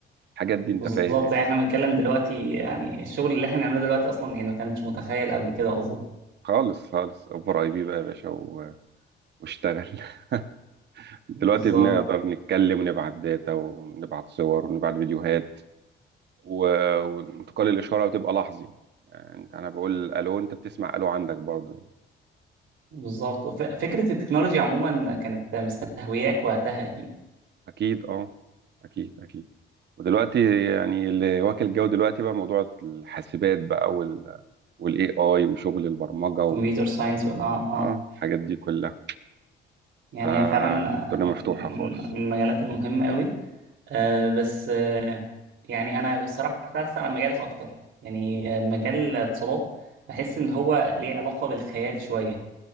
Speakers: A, on the right; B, on the right.
A: الحاجات دي انت
B: بالظبط
A: فاهم يعني
B: يعني احنا بنتكلم دلوقتي يعني الشغل اللي احنا بنعمله دلوقتي اصلا يعني ما كانش متخيل قبل كده اظن
A: خالص خالص اوفر اي بي بقى يا باشا و... واشتغل <laughs> دلوقتي
B: بالظبط
A: بنقدر نتكلم ونبعت داتا ونبعت صور ونبعت فيديوهات و... وانتقال الاشاره وتبقى لحظي يعني انت انا بقول الو انت بتسمع الو عندك برضه يعني
B: بالظبط وف- فكره التكنولوجيا عموما كانت مستهوياك وقتها اكيد
A: اكيد اه اكيد اكيد ودلوقتي يعني اللي واكل جو دلوقتي بقى موضوع الحاسبات بقى وال والاي اي وشغل البرمجه و...
B: كمبيوتر ساينس ولا اه اه
A: اه الحاجات دي كلها
B: يعني
A: آه
B: هي فعلا
A: الدنيا مفتوحه
B: آه، من
A: خالص
B: من المجالات المهمة قوي آه، بس آه، يعني أنا الصراحة كنت عايز أسأل عن مجالك أكتر يعني آه، مجال الاتصالات بحس إن هو ليه علاقة بالخيال شوية